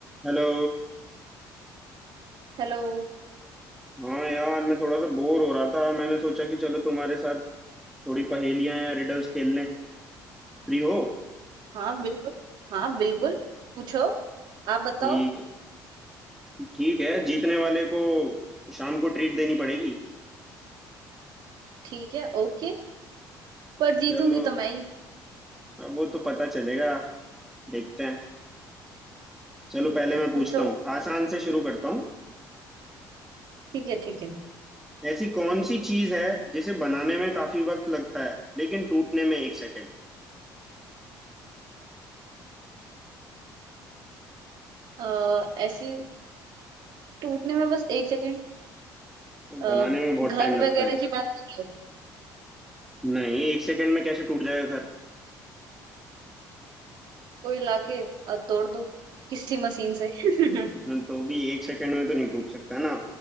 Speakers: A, in the centre; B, on the right (about 70°).
A: Hello
B: Hello
A: हाँ यार मैं थोड़ा सा बोर हो रहा था मैंने सोचा कि चलो तुम्हारे साथ थोड़ी पहेलियां या रिडल्स खेल लें फ्री हो
B: हाँ बिल्कुल हाँ बिल्कुल पूछो आप बताओ
A: ठीक है ठीक है जीतने वाले को शाम को ट्रीट देनी पड़ेगी
B: ठीक है ओके पर जीतूंगी
A: चलो
B: तो मैं ही
A: अब वो तो पता चलेगा देखते हैं चलो
B: ठीक
A: पहले
B: है
A: मैं पूछता
B: पूछो
A: हूँ आसान से शुरू करता हूँ
B: ठीक है ठीक है
A: ऐसी कौन सी चीज है जिसे बनाने में काफी वक्त लगता है लेकिन टूटने में एक सेकंड
B: अ, ऐसी टूटने में बस एक सेकेंड अ,
A: बनाने में बहुत
B: घर
A: टाइम लगता
B: वगैरह
A: है
B: की बात कर रहे हो
A: नहीं एक सेकंड में कैसे टूट जाएगा
B: कोई लाके अ, तोड़ दो किसी मशीन से <laughs>
A: उसमें तो भी एक सेकंड में तो नहीं टूट सकता ना